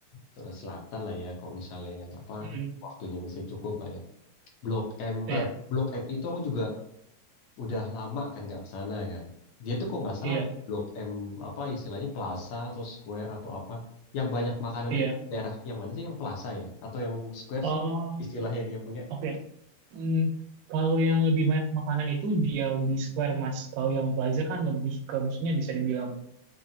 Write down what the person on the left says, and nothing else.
ke selatan lah ya. Kalau misalnya apa
waktunya mesti cukup lah ya. Blok M,
ah Blok M itu aku juga udah lama kan nggak ke sana kan. Dia tuh kok nggak salah
di Blok M apa istilahnya Plaza atau Square atau apa yang banyak makanannya
di daerah yang mana sih yang Plaza ya atau yang Square
sih istilahnya dia punya.